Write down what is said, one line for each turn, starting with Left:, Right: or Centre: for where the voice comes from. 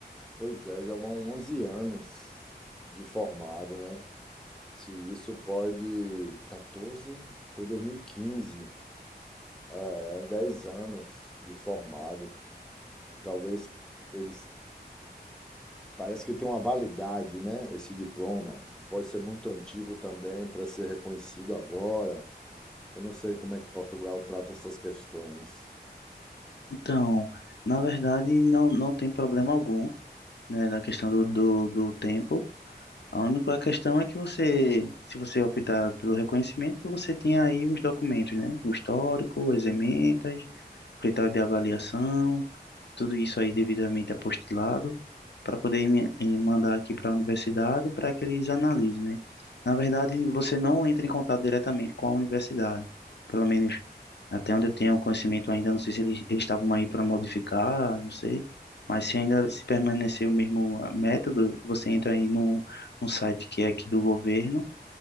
Centre: Pois é, já vão 11 anos de formado, né? Se isso pode. 14? Foi 2015. É, 10 anos de formado. Talvez eles Parece que tem uma validade, né? Esse diploma. Não pode ser muito antigo também para ser reconhecido agora. Eu não sei como é que Portugal trata essas questões.
Left: Então, na verdade, não, não tem problema algum, né, na questão do, do, do tempo. A única questão é que você, se você optar pelo reconhecimento, que você tenha aí os documentos, né? O histórico, as ementas, o critério de avaliação, tudo isso aí devidamente apostilado, para poder me- eh, mandar aqui para a universidade para que eles analisem, né? Na verdade, você não entra em contato diretamente com a universidade, pelo menos até onde eu tenho conhecimento ainda, não sei se eles, eles estavam aí para modificar, não sei, mas se ainda se permanecer o mesmo eh, método, você entra aí num, num site que é aqui do governo,